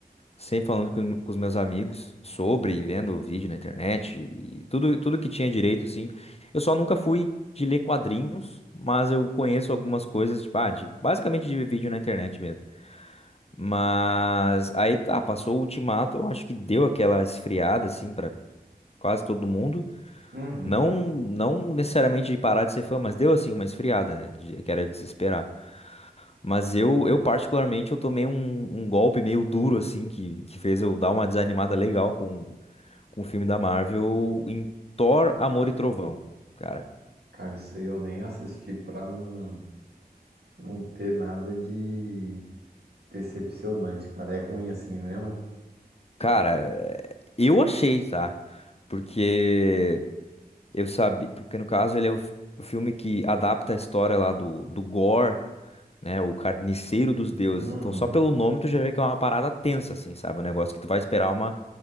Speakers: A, on the left; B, on the right.
A: sempre falando com, com os meus amigos sobre, vendo vídeo na internet e tudo, tudo que tinha direito, assim. Eu só nunca fui de ler quadrinhos, mas eu conheço algumas coisas, tipo, ah, de, basicamente de vídeo na internet mesmo. Mas aí tá, passou o Ultimato, eu acho que deu aquela esfriada, assim, pra quase todo mundo.
B: Uhum.
A: Não, não necessariamente de parar de ser fã, mas deu, assim, uma esfriada, né? de- que era de se esperar. Mas eu, eu particularmente, eu tomei um, um golpe meio duro, assim, que, que fez eu dar uma desanimada legal com, com o filme da Marvel em Thor, Amor e Trovão, cara.
B: Cara, isso aí eu nem assisti pra não, não ter nada de decepcionante, cara. É ruim assim mesmo?
A: Cara, eh, eu achei, tá? Porque eu sabia... Porque, no caso, ele é o, fi- o filme que adapta a história lá do, do Gore, né? O carniceiro dos deuses.
B: Uhum.
A: Então, só pelo nome tu já vê que é uma parada tensa, assim, sabe? Um negócio que tu vai esperar uma,